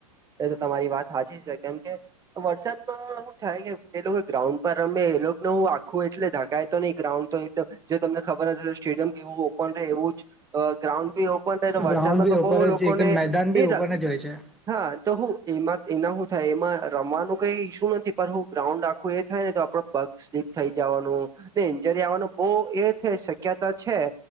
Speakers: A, on the right; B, in the centre.
A: એ તો તમારી વાત સાચી છે કેમ કે વરસાદમાં શું થાય કે જે લોકો ગ્રઉન્ડ અમે એલોકને હું આખું એટલે ધકાય તો નઈ ગ્રાઉન્ડ તો એ જે તમને ખબર હે સ્ટેડિયમ કેવું ઓપન રહે એવું જ ગ્રાઉન્ડ બી વરસાદમાં
B: ગ્રાઉન્ડ બી
A: તો
B: ઓપન
A: બવ લોકોને
B: જ એકદમ મેદાન બી
A: નીરા
B: ઓપન જ હોય છે.
A: હા તો હું એમાં એના શું થાય એમાં રમવાનું કઈ ઈસુ નથી પણ હું ગ્રાઉન્ડ આખું એ થાય ને તો આપડો પગ સ્લીપ થઈ જવાનું. ઇન્જરી આવવાનું બહ એ છે શક્યતા છે.